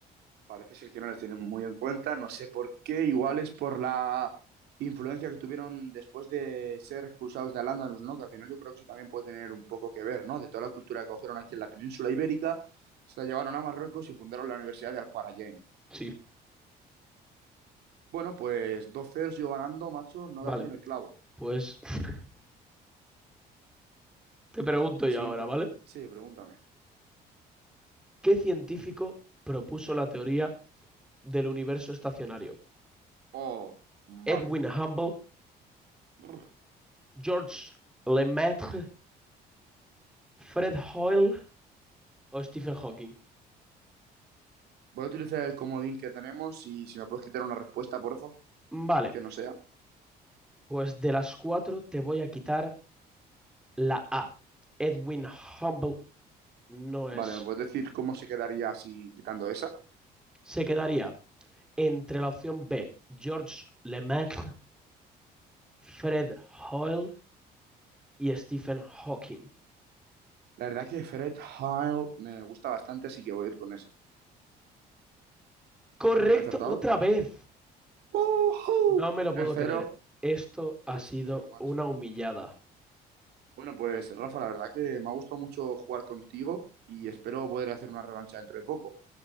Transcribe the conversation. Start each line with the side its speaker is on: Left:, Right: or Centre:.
Right: Parece ser que no les tienen muy en cuenta, no sé por qué, igual es por la influencia que tuvieron después de ser expulsados de al ¿no? Que al final yo creo que eso también puede tener un poco que ver, ¿no? De toda la cultura que cogieron aquí en la península ibérica, se la llevaron a Marruecos y fundaron la Universidad de Al-Qarajain.
Centre: Sí,
Right: Bueno, pues 2-0 sigo ganando, macho, no
Centre: vale,
Right: da aquí en el clavo.
Centre: pues <laughs> Te pregunto
Right: Siguiente.
Centre: yo ahora, ¿vale?
Right: Sí, pregúntame.
Centre: ¿Qué científico propuso la teoría del universo estacionario?
Right: Oh, vale.
Centre: ¿Edwin Hubble,
Right: Brr.
Centre: Georges Lemaitre, Fred Hoyle o Stephen Hawking?
Right: Voy a utilizar el comodín que tenemos y si me puedes quitar una respuesta, porfa,
Centre: Vale,
Right: que no sea.
Centre: pues de las cuatro te voy a quitar la A. Edwin Hubble no es.
Right: Vale, ¿me puedes decir cómo se quedaría si quitando esa?
Centre: Se quedaría entre la opción B, Georges Lemaitre, Fred Hoyle y Stephen Hawking.
Right: La verdad que Fred Heil me gusta bastante, así que voy a ir con ese.
Centre: Correcto,
Right: ¿He acertado?
Centre: otra vez.
Right: ¡Ujú!
Centre: No me lo
Right: 3-0,
Centre: puedo creer. Esto ha
Right: 3-0,
Centre: sido
Right: macho.
Centre: una humillada.
Right: Bueno, pues Rafa, la verdad que me ha gustado mucho jugar contigo y espero poder hacer una revancha dentro de poco.